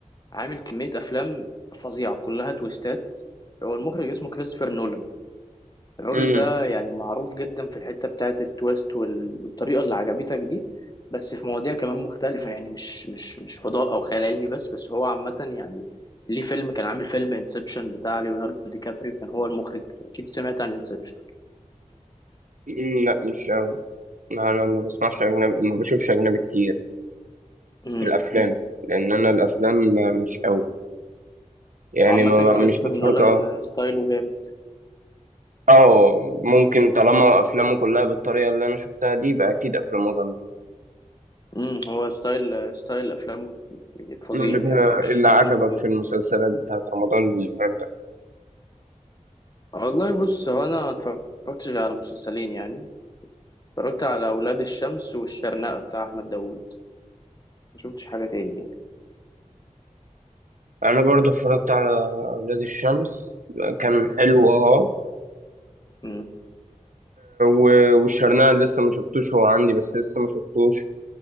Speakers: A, on the left (about 30°); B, on the right (about 80°).
A: عامل كمية افلام فظيعة كلها تويستات هو المخرج اسمه كريستوفر نولان الراجل
B: مم.
A: ده يعني معروف جدا في الحتة بتاعة التويست وال- والطريقة اللي عجبتك دي بس في مواضيع كمان مختلفة يعني مش مش مش فضاء او خيال علمي بس بس هو عامة يعني ليه فيلم كان عامل فيلم انسبشن بتاع ليوناردو دي كابريو كان هو المخرج اكيد سمعت عن انسبشن
B: مم، لا مش أوي لا أنا ما بسمعش أجنبي ما بشوفش أجنبي كتير
A: امم
B: في الافلام لان انا الافلام مش قوي يعني
A: وعامة
B: ما ب-
A: كريستوفر
B: مش بتفرج
A: نولان
B: أوي.
A: آه، ستايله جامد
B: اه ممكن طالما افلامه كلها بالطريقه اللي انا شفتها دي يبقى اكيد افلامه جامده
A: امم هو ستايل ستايل افلامه فظيع
B: اللي بها-
A: يعني مش
B: اللي
A: مش
B: عجبك
A: طبيعي
B: في المسلسلات بتاعت رمضان اللي فات ده
A: والله بص هو انا ما اتفرجتش غير على مسلسلين يعني اتفرجت على اولاد الشمس والشرنقة بتاع احمد داوود ما شفتش حاجة تاني يعني
B: انا برضه اتفرجت على اولاد الشمس كان حلو اه
A: امم
B: و- والشرنقة لسه ما شفتوش هو عندي بس لسه ما شفتوش